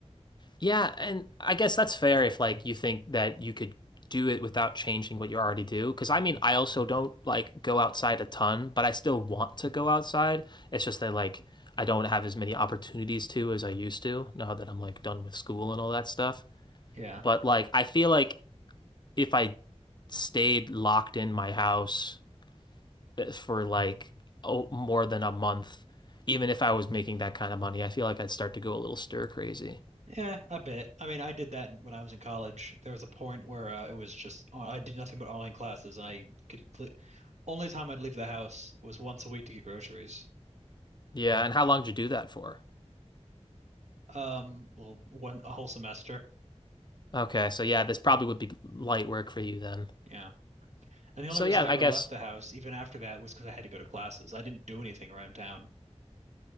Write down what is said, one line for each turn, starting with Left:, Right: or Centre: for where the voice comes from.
Left: Yeah, and I guess that's fair if like you think that you could do it without changing what you already do. Because I mean, I also don't like go outside a ton, but I still want to go outside. It's just that like I don't have as many opportunities to as I used to now that I'm like done with school and all that stuff.
Right: Yeah.
Left: But like I feel like if I stayed locked in my house eh, for like oh, more than a month, even if I was making that kind of money, I feel like I'd start to go a little stir crazy.
Right: Yeah, a bit. I mean, I did that when I was in college. There was a point where uh, it was just uh, I did nothing but online classes. And I could only time I'd leave the house was once a week to get groceries.
Left: Yeah, and how long did you do that for?
Right: Um, well, one a whole semester.
Left: Okay, so yeah, this probably would be light work for you then.
Right: Yeah. And the only
Left: So
Right: reason
Left: yeah,
Right: I ever
Left: I guess
Right: left the house, even after that, was because I had to go to classes. I didn't do anything around town.